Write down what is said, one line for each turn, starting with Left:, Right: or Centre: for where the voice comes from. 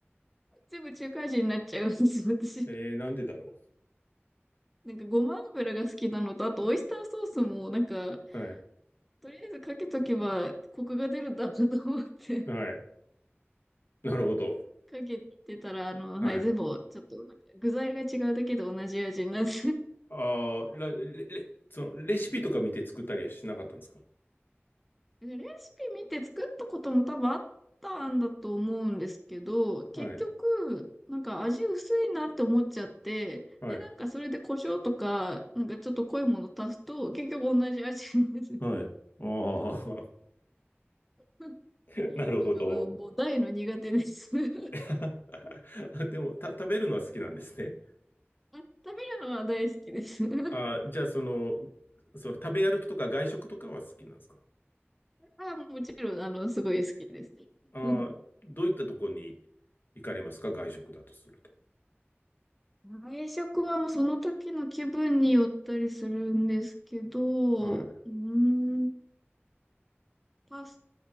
Centre: 全部中華味になっちゃうんです、私。
Left: えー、なんでだろ
Centre: なんかごま油が好きなのと、あとオイスターソースも、なんか、
Left: う。はい。
Centre: とりあえずかけとけばコクが出るんだなと思って。
Left: はい。なるほど。
Centre: かけてたら、あの、
Left: はい。
Centre: はい、全部、ちょっと、なんか具材が違うだけで同じ味になって
Left: ああ、らレ、レ、その、レシピとか見て作ったりはしなかったんですか
Centre: レシピ見て作ったことも多分あったんだと思うんですけど、結局、
Left: はい。
Centre: なんか味薄いなって思っちゃって、
Left: はい。
Centre: で、なんかそれで胡椒とか、なんかちょっと濃いもの足すと、結局同じ味になる。
Left: はい。ああ、
Centre: <laughs>
Left: <laughs> なるほど。
Centre: なんかもう、もう大の苦手です。<laughs>
Left: <laughs> でも、た、食べるのは好きなんですね。
Centre: あ、食べるのは大好きです。<laughs>
Left: ああ、じゃあ、その、その、食べ歩きとか外食とかは好きなんですか
Centre: あ、もちろん、あの、すごい好きです。
Left: ああ、
Centre: <laughs>
Left: どういったとこに行かれますか外食だとすると。
Centre: 外食はもうその時の気分によったりするんですけど、
Left: はい。
Centre: うーん、パス